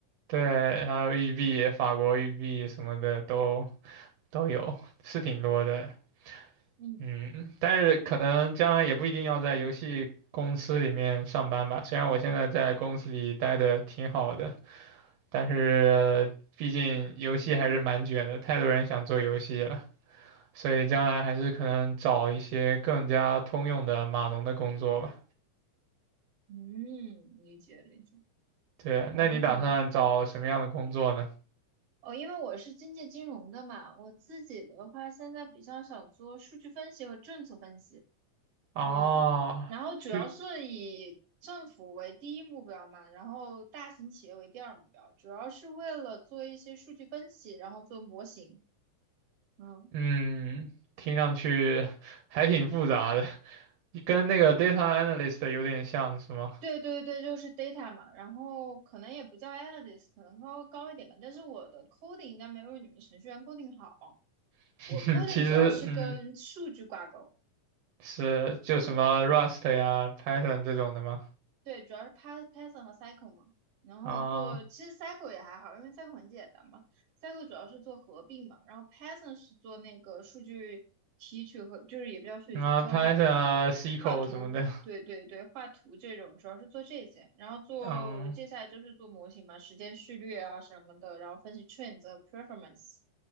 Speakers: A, on the right (about 75°); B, on the right (about 55°).
A: 对，还有玉璧、法国玉璧什么的都都有，是挺多的。
B: 嗯
A: 嗯，但是可能将来也不一定要在游戏公司里面上班吧。虽然我现在在公司里待的挺好的，但是毕竟游戏还是蛮卷的，太多人想做游戏了，所以将来还是可能找一些更加通用的码农的工作吧。
B: 嗯，理解理解。
A: 对，
B: 哦
A: 那你打算找什么样的工作呢？
B: 哦，因为我是经济金融的嘛，我自己的话现在比较想做数据分析和政策分析。
A: 哦，
B: 嗯，然后主要是以政府为第一目标嘛，
A: 是
B: 然后大型企业为第二目标，主要是为了做一些数据分析，然后做模型。嗯。
A: 嗯，听上去 <laughs> 还挺复杂的，跟那个 data analyst 有点像，是吗？
B: 对对对，就是 data 嘛，然后可能也不叫 analyst，可能稍微高一点吧。但是我的 coding 应该没有你们程序员 coding 好，
A: <laughs>
B: 我 coding
A: 其实，
B: 主要是跟数据挂钩。
A: 嗯，是就什么 Rust 呀、Python 这种的吗？
B: 对，主要是 Py- Python 和 Cycle 嘛，然后做其实
A: 啊，
B: Cycle 也还好，因为 Cycle 很简单嘛。Cycle 主要是做合并嘛，然后 Python 是做那个数据提取和就是也不叫数据提取，
A: 啊，Python
B: 叫做
A: 啊，SQL
B: 画图。
A: 什么的，
B: 对对对，画图这种主要是做这些，然后做接下来就是做模型嘛，
A: 嗯
B: 时间序列啊什么的，然后分析 trends、performance，